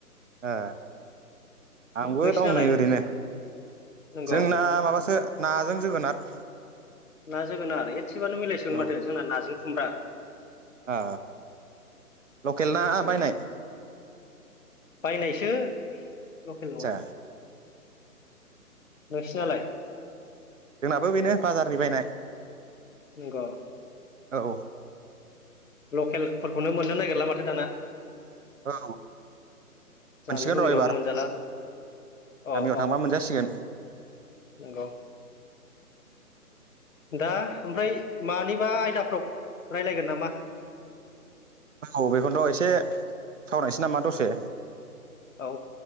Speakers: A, on the right; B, on the left.
A: ए आंबो
B: नोंसिनालाय
A: दंनै ओरैनो।
B: नंगौ
A: जोंना माबासो नाजों जोगोनार।
B: ना जोगोनार एसेबानो मिलायसिगोन
A: औ
B: माथो जोंना नाजों खुमब्रा।
A: आ लकेल ना
B: थारसिगौमोन
A: बायनाय?
B: बायनायसो लकेल
A: आदसा
B: नङा। नोंसिनालाय?
A: जोंनाबो बेनो बाजारनि बायनाय।
B: नोंगौ?
A: औ।
B: लकेलफोरखौनो मोननो नागिरला माथो दाना।
A: औ।
B: जानो
A: मोनसिगोन
B: लुुबैबाबो
A: र' इबार
B: मोनजाला अ
A: गामियाव
B: अ
A: थांबा मोनजासिगोन।
B: नंगौ। दा ओमफ्राय मानिबा आयदाफ्राव रायलायगोन नामा?
A: औ बेखौनोथ' एसे सावरायनोसै नामा दसे।
B: औ